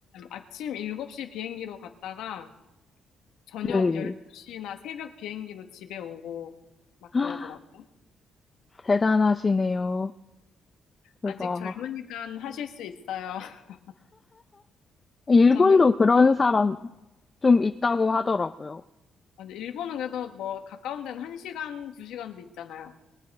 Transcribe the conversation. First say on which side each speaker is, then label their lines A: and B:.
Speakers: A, on the left; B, on the left.
A: 아침 7시 비행기로 갔다가 저녁
B: 네.
A: 12시나 새벽 비행기로 집에 오고 막
B: <gasps>
A: 그러더라고요.
B: 대단하시네요. 대박.
A: 아직 젊으니까 하실 수 있어요. <laughs>
B: 일본도
A: 저는
B: 그런 사람 좀 있다고 하더라고요.
A: 맞아. 일본은 그래도 뭐 가까운 데는 1시간, 2시간도 있잖아요.